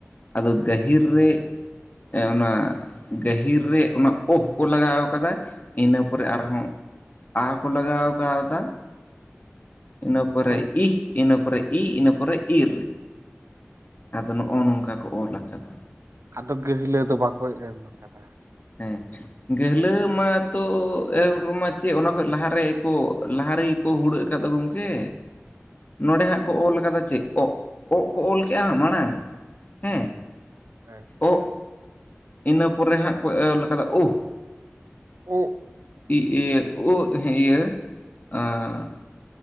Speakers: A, on the left; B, on the right.
A: ᱟᱫᱚ ᱜᱟᱹᱦᱤᱨ ᱨᱮ ᱮᱸ ᱚᱱᱟ ᱜᱟᱹᱦᱤᱨ ᱨᱮ ᱚᱱᱟ ᱚᱦ ᱠᱚ ᱞᱟᱜᱟᱣ ᱠᱟᱫᱟ ᱤᱱᱟᱹ ᱯᱚᱨᱮ ᱟᱨᱦᱚᱸ ᱟ ᱦᱚᱠᱚ ᱞᱟᱜᱟᱣ ᱠᱟᱣᱫᱟ᱾ ᱤᱱᱟᱹ ᱯᱚᱨᱮ
B: ᱦᱩᱸ
A: ᱤᱦ ᱤᱱᱟᱹ ᱯᱚᱨᱮ ᱤ ᱤᱱᱟᱹ ᱯᱚᱨᱮ ᱤᱨ ᱟᱫᱚ ᱱᱚᱜᱼᱚ ᱱᱚᱝᱠᱟ ᱠᱚ ᱚᱞ ᱟᱠᱟᱫᱟ᱾
B: ᱟᱫᱚ ᱜᱟᱹᱦᱞᱟᱹ ᱫᱚ ᱵᱟᱠᱚ ᱮᱢ ᱠᱟᱫᱟ
A: ᱦᱮᱸ ᱜᱟᱹᱦᱞᱟᱹ ᱢᱟᱛᱚ ᱮᱦᱚᱵ ᱨᱮᱢᱟ ᱪᱮᱫ ᱚᱱᱟ ᱠᱷᱚᱡ ᱞᱟᱦᱟ ᱨᱮᱜᱮ ᱠᱚ ᱞᱟᱦᱟ ᱨᱮᱜᱮᱠᱚ ᱦᱩᱲᱟᱹᱜ ᱠᱟᱫ ᱫᱚ ᱜᱚᱝᱠᱮ ᱱᱚᱰᱮ ᱦᱟᱸᱜ ᱠᱚ ᱚᱞ ᱟᱠᱟᱫᱟ ᱪᱮᱫ ᱚᱜ ᱚᱜ ᱠᱚ ᱚᱞ ᱠᱮᱜᱼᱟ ᱢᱟᱲᱟᱝ ᱦᱮᱸ
B: ᱦᱳᱭ ᱦᱳᱭ
A: ᱚᱜ ᱤᱱᱟᱹ ᱯᱚᱨᱮ ᱦᱟᱸᱜ ᱠᱚ ᱚᱞ ᱟᱠᱟᱫᱟ ᱠᱟᱫᱟ ᱩᱦ
B: ᱳᱦ,
A: <inaudible> ᱤᱭᱟᱹ